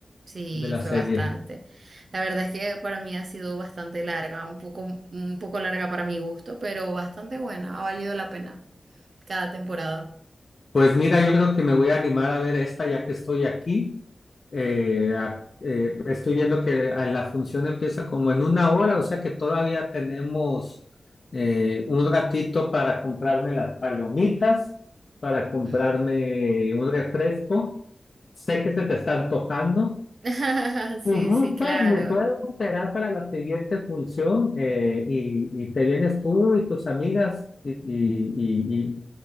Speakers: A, on the right; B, on the left.
A: Sí,
B: de la
A: fue
B: serie.
A: bastante. La verdad es que para mí ha sido bastante larga, un poco, un poco larga para mi gusto, pero bastante buena. Ha valido la pena cada temporada.
B: Pues mira, yo creo que me voy a animar a ver esta ya que estoy aquí. Eh, a- eh, estoy viendo que a la función empieza como en una hora, o sea que todavía tenemos eh, un ratito para comprarme las palomitas, para comprarme
A: Mm.
B: un refresco. Sé que se te está antojando.
A: <laughs> Sí,
B: Si gustas,
A: sí, claro.
B: me puedes esperar para la siguiente función eh, y, y te vienes tú y tus amigas y, y, y,